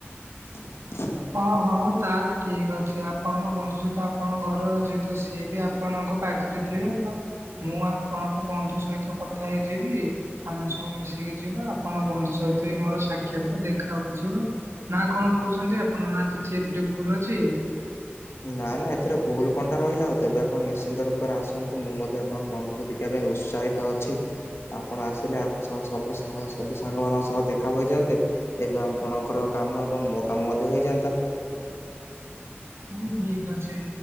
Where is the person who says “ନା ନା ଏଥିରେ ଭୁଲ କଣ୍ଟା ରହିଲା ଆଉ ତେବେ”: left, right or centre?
Left